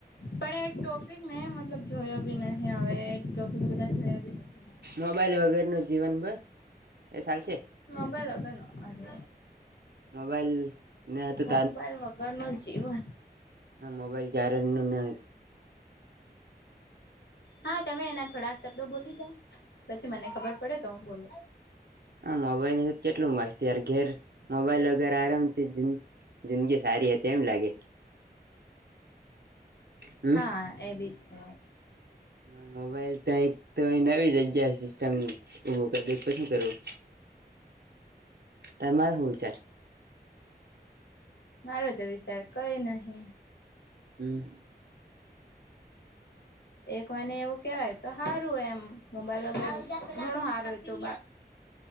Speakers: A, on the left; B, on the right.
A: પણ એ ટોપિક ને મતલબ જોયો ભી નહ હવે એ ટોપિક બધા જોયા બી નથી. મેં
B: મોબાઈલ વગેર નું જીવન બસ એ ચાલ છે.
A: મબાઈલ વગરનુ અરે.
B: મોબાઈલ ન હતું
A: મોબાઈલ વગર નુ જીવન.
B: હ મોબાઈલ જારે નું ન હતું.
A: હા તમે એના થોડાક શબ્દો બોલી જાાવ પછી મને ખબર પડે તો હું બોલો.
B: હ મોબાઈલ તો કેટલું મસ્તયાર ઘેર મોબાઈલ વગેરે આરામથી જ. જિંદગી સારી હતી એમ લાગે. હમ
A: હા એ બી છે.
B: હ મોબાઈલ તો અહી તો અહી નવી જગ્યા છે. તેમું દ તો શું કરવું તમારે હું વિચાર.
A: મારો તો વિચાર કઈ નહી.
B: હમ.
A: એક વાને એવું કેવાય તો સારું એમ મોબાઈલ ઘણું સારુંય તું.